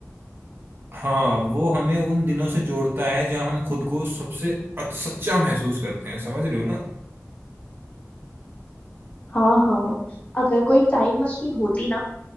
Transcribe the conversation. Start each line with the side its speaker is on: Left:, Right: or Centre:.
Right: हाँ वो हमें उन दिनों से जोड़ता है जहाँ हम खुद को सबसे अच- सच्चा महसूस करते हैं समझ रहे हो ना
Left: हाँ हाँ अगर कोई टाइम मशीन होती ना